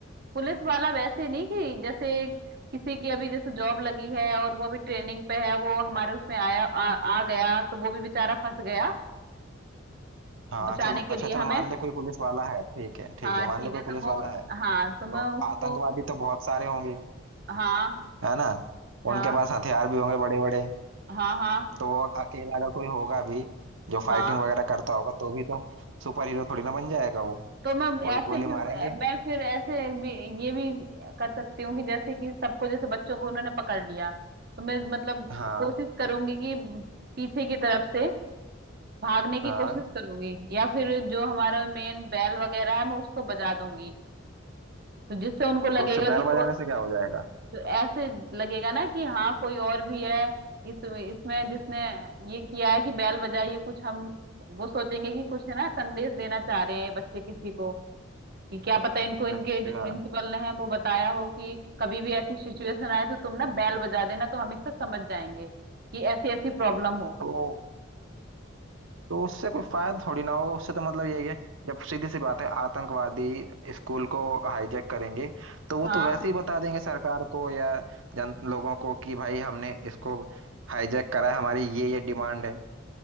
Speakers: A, on the right; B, on the right.
A: पुलिस वाला वैसे नहीं कि जैसे किसी की अभी जैसे जॉब लगी है और वो अभी ट्रेनिंग पे है वो हमारे उसमें आया आ, आ गया तो वो भी बेचारा फंस गया
B: हाँ
A: बचाने
B: चल
A: के
B: अच्छा
A: लिए
B: चल
A: हमें
B: मान ले कोई पुलिस वाला है ठीक है ठीक
A: हाँ
B: है मान
A: ठीक
B: ले कोई
A: है
B: पुलिस
A: तो वो
B: वाला है
A: हाँ
B: तो
A: तो मैं उसको
B: आतंकवादी तो बहुत सारे होंगे
A: हाँ
B: है ना
A: हाँ
B: उनके पास हथियार भी होंगे बड़े बड़े
A: हाँ हाँ
B: तो वो अकेला अगर कोई होगा भी जो फाइटिंग
A: हाँ
B: वगैरह करता होगा तो भी तो सुपर हीरो थोड़ी ना बन जाएगा वो
A: तो मैं
B: वो एक
A: ऐसे
B: गोली
A: फिर
B: मारेंगे
A: मैं फिर ऐसे भी ये भी कर सकती हूँ कि जैसे कि सबको जैसे बच्चों को उन्होंने पकड़ लिया तो मैं मतलब
B: हाँ
A: कोशिश करूंगी कि पीछे की तरफ से भागने की
B: हाँ
A: कोशिश करूंगी या फिर जो हमारा मेन बैल वगैरह है मैं उसको बजा दूंगी तो जिससे उनको लगेगा
B: तो उससे
A: कि
B: बैल बजाने
A: को,
B: से क्या हो जाएगा
A: तो ऐसे लगेगा ना कि हाँ कोई और भी है इस इसमें जिसने ये किया है कि बैल बजाई ये कुछ हम वो सोचेंगे कि कुछ है ना संदेश देना चाह रहे हैं बच्चे किसी को कि क्या पता इनको इनके
B: अच्छा
A: जो प्रिंसिपल ने है वो बताया हो कि कभी भी ऐसी सिचुएशन आए तो तुम ना बेल बजा देना तो हम इससे समझ जाएंगे कि ऐसी ऐसी प्रॉब्लम हो
B: तो तो उससे कोई फायदा थोड़ी ना होगा उससे तो मतलब यही है जब सीधी सी बात है आतंकवादी स्कूल को हाईजैक करेंगे तो वो
A: हाँ
B: तो वैसे ही बता देंगे सरकार को या जन लोगों को कि भाई हमने इसको हाईजैक करा है हमारी ये ये डिमांड है